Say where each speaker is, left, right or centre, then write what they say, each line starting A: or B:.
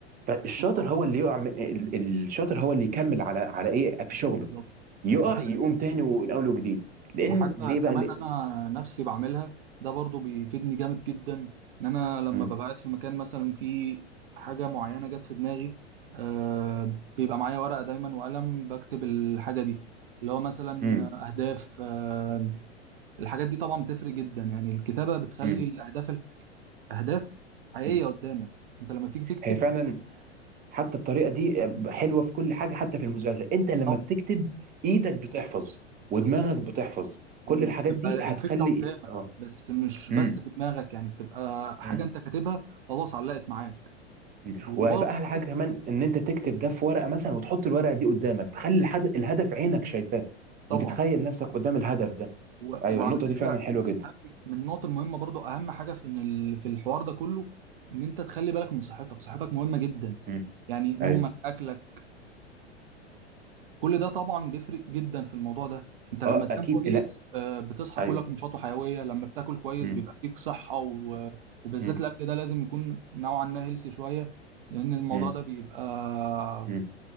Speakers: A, on the right; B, on the right.
A: فالشاطر
B: اكيد طبعا
A: هو اللي يقع من ال- الشاطر هو اللي يكمل على على ايه في شغله
B: بالظبط
A: يقع
B: وحاجه
A: يقوم تاني من اول وجديد لان
B: وحاجه
A: ليه بقى
B: كمان
A: ليه؟
B: انا نفسي بعملها ده برضو بيفيدني جامد جدا ان انا لما
A: مم.
B: ببقى قاعد في مكان مثلا فيه حاجه معينه جت في دماغي آه بيبقى معايا ورقه دايما وقلم بكتب الحاجه دي اللي هو مثلا
A: مم.
B: اهداف آه الحاجات دي طبعا بتفرق جدا يعني الكتابه بتخلي
A: مم.
B: الاهداف اهداف حقيقيه
A: مم.
B: قدامك انت لما تيجي تكتب
A: هي فعلا حتى الطريقه دي حلوه في كل حاجه حتى في المذاكره انت لما
B: طب
A: بتكتب ايدك بتحفظ ودماغك
B: بالظبط
A: بتحفظ
B: وبتبقى
A: كل الحاجات دي
B: الفكره
A: هتخلي
B: قدامك
A: اه
B: بس مش بس
A: مم.
B: في دماغك يعني بتبقى
A: مم.
B: حاجه انت كاتبها خلاص علقت معاك
A: مم.
B: وبرضه
A: وهيبقى احلى
B: حاجه
A: حاجه كمان ان انت تكتب ده في ورقه مثلا وتحط الورقه دي قدامك تخلي الحد... الهدف عينك شايفاه
B: طبعا
A: وتتخيل نفسك قدام الهدف ده
B: و...
A: ايوه
B: وعلى
A: النقطه
B: فكره
A: دي فعلا حلوه جدا
B: من النقط المهمه برضه اهم حاجه في إن ال... في الحوار ده كله ان انت تخلي بالك من صحتك صحتك مهمه جدا
A: مم.
B: يعني نومك
A: ايوه
B: اكلك كل ده طبعا بيفرق جدا في الموضوع ده انت لما
A: اه
B: تنام
A: اكيد
B: كويس
A: لا
B: آه، بتصحى
A: ايوه
B: كلك نشاط وحيويه لما بتاكل كويس
A: مم.
B: بيبقى فيك صحه و... وبالذات
A: مم.
B: الاكل ده لازم يكون نوعا ما هيلسي شويه لان الموضوع
A: مم.
B: ده بيبقى
A: مم.